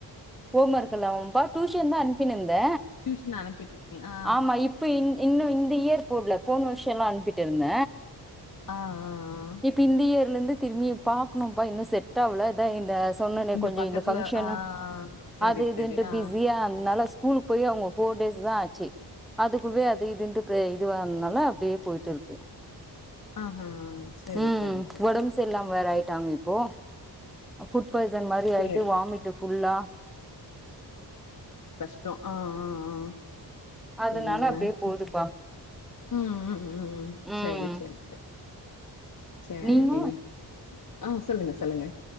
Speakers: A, in the centre; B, on the left (about 45°).
A: ஹோம் ஒர்க்கெல்லாவாம்பா டியூஷன் தா அனுப்பின்னு இருந்த
B: டியூஷன் அனுப்பிட்டு இருக்கீங்க ஆ
A: ஆமா இப்ப இன் இன்னு இந்த இயர் போடல போன வருஷோ எல்லா அனுப்பிட்டு இருந்த
B: ஆ ஆ ஆ
A: இப்ப இந்த இயர்ல இருந்து திரும்பி பாக்கணும்ப்பா இன்னு செட் ஆவல அதா இந்த சொன்னனே
B: இங்க
A: கொஞ்சோ
B: பக்கத்துல
A: இந்த ஃபங்ஷனு
B: ஆ ஆ செரி
A: அது இதுன்ட்டு
B: செரி ஆ
A: பிஸியா இருந்தன்னால ஸ்கூலுக் கு போய் அவுங்க ஃபோர் டேஸ் தா ஆச்சு அதுக்குள்ளே அது இதுன்ட்டு எ இதுவாதனால அப்டியே போயிட்டு இருக்கு
B: ஆஹா செரி
A: உம்
B: செரி செரி
A: ஒடம்பு சரி இல்லாம வேற ஆயிட்டாங்க இப்போ ஃபுட் பாய்சன் மாரி
B: சேரி
A: ஆயிட்டு வாமிட்டு ஃபுல்லா
B: அப்றோ ஆ ஆ ஆ
A: அதனால
B: என்ன
A: அப்டியே
B: போ
A: போதுப்பா
B: உம் உம் உம்
A: ம்
B: செரி செரி செரி சேரி
A: நீங்க
B: ஆ சொல்லுங்க சொல்லுங்க